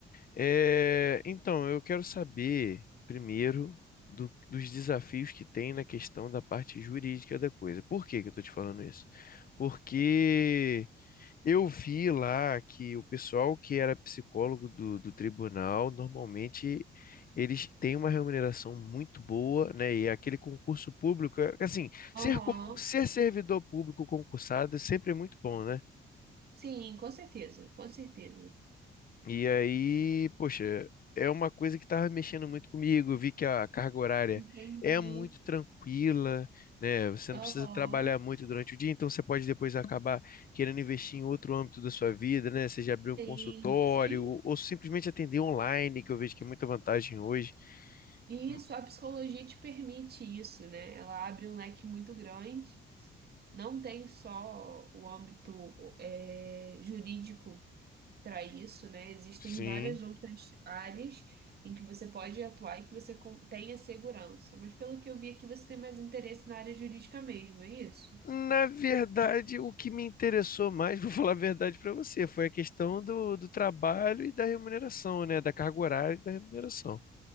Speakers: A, on the left; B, on the right.
A: É, então, eu quero saber primeiro do- dos desafios que tem na questão da parte jurídica da coisa. Por que que eu estou te falando isso? Porque eu vi lá que o pessoal que era psicólogo do, do tribunal, normalmente eles têm uma remuneração muito boa, né? E é aquele concurso público, é- assim,
B: Aham.
A: ser, con- ser servidor público concursado sempre é muito bom, né?
B: Sim, com certeza, com certeza.
A: E aí, poxa, é uma coisa que estava mexendo muito comigo. Eu vi que a carga horária
B: Entendi.
A: é muito tranquila, né? Você
B: Aham.
A: não precisa trabalhar muito durante o dia, então você pode depois acabar querendo investir em outro âmbito da sua vida, né? Seja abrir um
B: Sim,
A: consultório
B: sim.
A: ou, ou simplesmente atender online, que eu vejo que é muita vantagem hoje.
B: E
A: Hum,
B: isso, a psicologia te permite isso, né? Ela abre um leque muito grande. Não tem só o âmbito, é, jurídico. para isso, né? Existem
A: Sim.
B: várias outras áreas em que você pode atuar e que você con- tenha segurança. Mas pelo que eu vi aqui, você tem mais interesse na área jurídica mesmo, é isso?
A: Na verdade, o que me interessou mais, <laughs> vou falar a verdade para você, foi a questão do, do trabalho e da remuneração, né? Da carga horária e da remuneração.